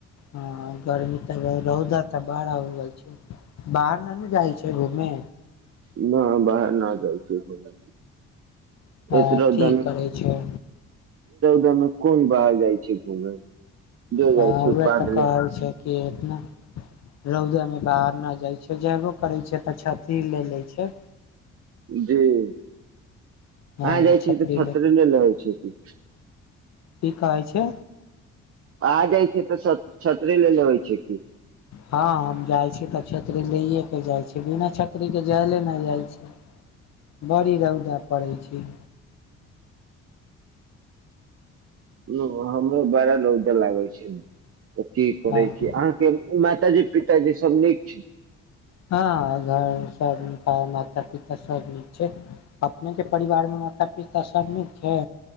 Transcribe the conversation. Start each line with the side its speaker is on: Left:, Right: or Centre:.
Left: ह गर्मी तऽ रौदा तऽ बाड़ा ऊगेल छै बाहर ना नु जाय छै घूमे
Right: न बाहर न जाइ छै
Left: आ
Right: इस रउदा
Left: ठीक
Right: मे
Left: करै छै
Right: तयमे कोन बाहर जाइ छै घूमे जो जाइ
Left: हँ
Right: छै
Left: वेह
Right: पागले
Left: तऽ कहल छै कि ऐतना रौदेमे बाहर नहि जाइ छै जेयबो करै छै तऽ क्षतरी लए लैत छै
Right: जी अहाँ
Left: हँ
Right: जाइ
Left: छतरी
Right: छी तऽ छतेरी
Left: ले
Right: ल ल ओइ छै की
Left: की कहै छै
Right: आ जाइ छै तऽ छतरि ल लेबै छै की
Left: हँ हम जाइ तऽ छतरी लैएके जाइ छै बिना छतरीके जाइले नहि जाइ छै बड़ी रौदा पड़ै छै
Right: ह हमरो बरा रौदा लागै छै तऽ की करै
Left: हँ
Right: छी अहाँके माताजी पिताजी सभ नीक छै
Left: हँ घर सब माता पिता सब निक छै अपने के परिवार मे माता पिता सब नीक छै